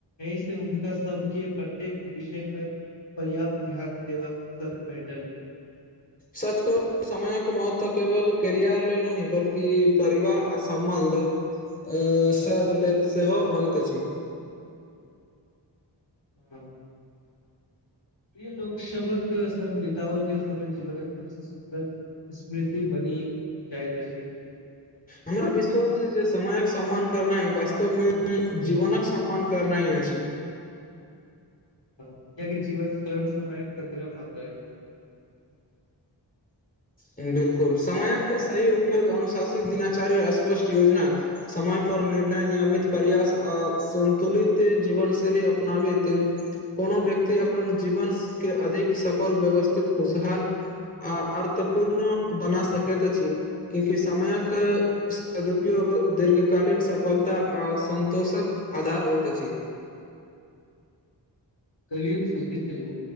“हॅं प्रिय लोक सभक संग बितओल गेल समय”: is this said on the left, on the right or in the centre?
Left